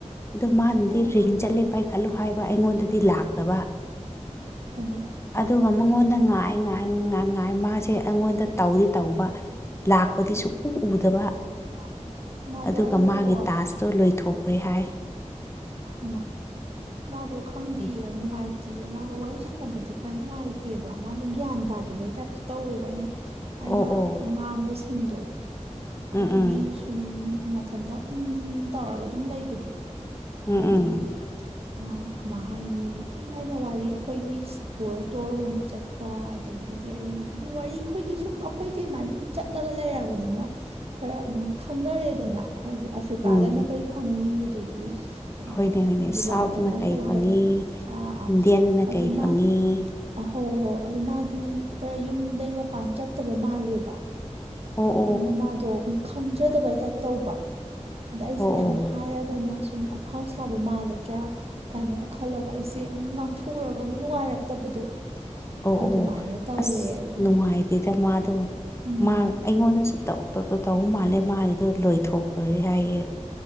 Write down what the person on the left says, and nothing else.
ꯑꯗꯨ ꯃꯥꯅꯗꯤ
ꯔꯤꯡ ꯆꯠꯂꯦ ꯄꯥꯏꯈꯠꯂꯨ ꯍꯥꯏꯕ ꯑꯩꯉꯣꯟꯗꯗꯤ ꯂꯥꯛꯇꯕ
ꯑꯗꯨꯒ ꯃꯉꯣꯟꯗ ꯉꯥꯏ ꯉꯥꯏ ꯉꯥꯏ ꯉꯥꯏ ꯃꯥꯁꯦ ꯑꯩꯉꯣꯟꯗ ꯇꯧꯗꯤ ꯇꯧꯕ ꯂꯥꯛꯄꯗꯤ ꯁꯨꯡꯎ ꯎꯗꯕ
ꯑꯗꯨꯒ
ꯃꯥꯒꯤ ꯇꯥꯁꯇꯣ
ꯂꯣꯏꯊꯣꯛꯈ꯭ꯔꯦ ꯍꯥꯏ
ꯎ
ꯑꯣ
ꯑꯣ
ꯎꯝ
ꯎꯝ
ꯎꯝ
ꯎꯝ
ꯎꯝ
ꯍꯣꯏꯅꯦ ꯍꯣꯏꯅꯦ
ꯁꯥꯎꯠꯅ
ꯐꯪꯉꯤ
ꯏꯟꯗꯤꯌꯟꯗꯅ
ꯀꯩ ꯐꯪꯉꯤ
ꯑꯣ
ꯑꯣ
ꯑꯣ
ꯑꯣ
ꯑꯁ
ꯅꯨꯡꯉꯥꯏꯇꯦꯗ ꯃꯥꯗꯣ
ꯃꯥ ꯑꯩꯉꯣꯟꯗꯁꯨ ꯇꯧ ꯇꯧ ꯇꯧꯕ ꯃꯥꯜꯂꯦ ꯃꯥꯒꯤꯗꯣ ꯂꯣꯏꯊꯣꯛꯈ꯭ꯔꯦ ꯍꯥꯏꯌꯦ